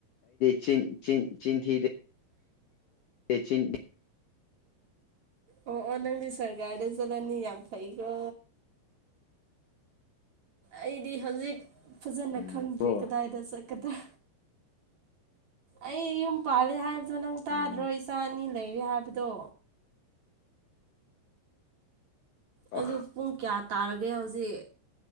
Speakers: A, on the left (about 75°); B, on the right (about 55°).
A: ꯆꯤꯟ ꯆꯤꯟ ꯆꯤꯟ ꯊꯤꯗꯦ ꯇꯆꯤꯟ
B: ꯑꯣ ꯑꯣ ꯅꯪ ꯁꯔꯒꯥꯔꯗ ꯆꯠꯂꯅꯤ ꯌꯥꯝ ꯐꯩꯀꯣ ꯑꯩꯗꯤ ꯍꯧꯖꯤꯛ ꯐꯖꯅ
A: ꯎꯝ
B: ꯈꯪꯗ꯭ꯔꯤ
A: ꯀꯣ
B: ꯀꯗꯥꯏꯗ ꯆꯠꯀꯗ꯭ꯔꯥ
A: ꯑ <unintelligible>
B: ꯑꯩ ꯌꯨꯝ ꯄꯥꯜꯂꯦ ꯍꯥꯏꯕꯗꯣ ꯅꯪ
A: ꯎꯝ
B: ꯇꯥꯗ꯭ꯔꯣ ꯏꯆꯥ ꯑꯅꯤ ꯂꯩꯔꯦ ꯍꯥꯏꯕꯗꯣ
A: ꯑ
B: ꯑꯩꯁꯨ ꯄꯨꯡ ꯀꯌꯥ ꯇꯥꯔꯒꯦ ꯍꯧꯖꯤꯛ